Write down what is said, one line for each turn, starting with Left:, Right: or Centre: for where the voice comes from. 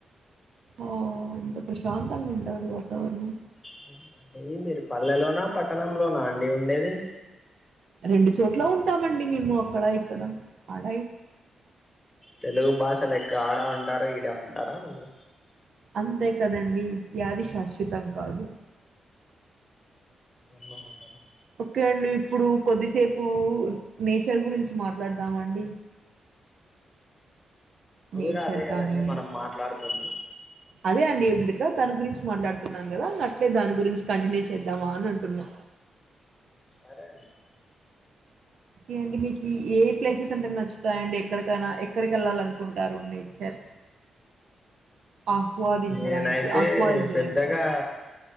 Right: ఆ ఎంత ప్రశాంతంగా ఉంటది వాతావరణం
Left: అవునండి మీరు పల్లెలోనా, పట్టణంలోనా అండి ఉండేది?
Right: రెండు చోట్ల ఉంటామండి మేము అక్కడ ఇక్కడ అన్
Left: తెలుగు భాష లెక్క ఆడ ఉంటార, ఈడే ఉంటారా మీరు
Right: అంతే కదండి వ్యాధి శాశ్వతం కాదు.
Left: అన్న మాటాడు
Right: ఓకే అండి ఇప్పుడు కొద్దిసేపు నేచర్ గురించి మాట్లాడదామ అండి.
Left: ఇప్పుడు
Right: నేచర్
Left: కూడా అదే కదండి
Right: కానీ
Left: మనం మాట్లాడుతుంది
Right: అదే అండి ఇప్పుడుట్లా తని గురించి మాట్లాడుతున్నాం గదా అట్లే దాన్ గురించి కంటిన్యూ చేద్దామా అని అంటున్నా
Left: అరే
Right: ఏండి మీకి ఏ ప్లేసెస్ అంటే నచ్చుతాయండి ఎక్కడికైనా ఎక్కడికి వెళ్ళాలి అనుకుంటారు నేచర్ ఆహ్వాదించడానికి
Left: నేనైతే
Right: ఆస్వాదించడానికి
Left: పెద్దగా
Right: సారీ